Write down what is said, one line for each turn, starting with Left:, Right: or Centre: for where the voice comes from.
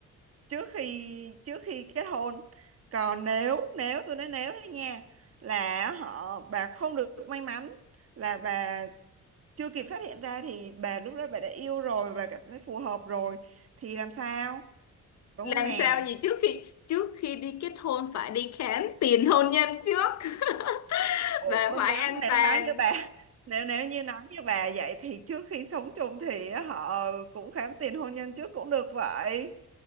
Right: trước khi trước khi kết hôn còn nếu nếu tôi nói nếu đấy nha là họ bà không được may mắn là bà chưa kịp phát hiện ra thì bà lúc đó bà đã yêu rồi bà cảm thấy phù hợp rồi thì làm sao đúng
Left: làm
Right: không nè
Left: sao gì trước khi trước khi đi kết hôn phải đi khám tiền hôn nhân trước <laughs>
Right: ủa
Left: và phải
Right: nếu
Left: an
Right: nếu
Left: toàn
Right: nói như bà <laughs> nếu nếu như nói như bà vậy thì trước khi sống chung thì họ cũng khám tiền hôn nhân trước cũng được vậy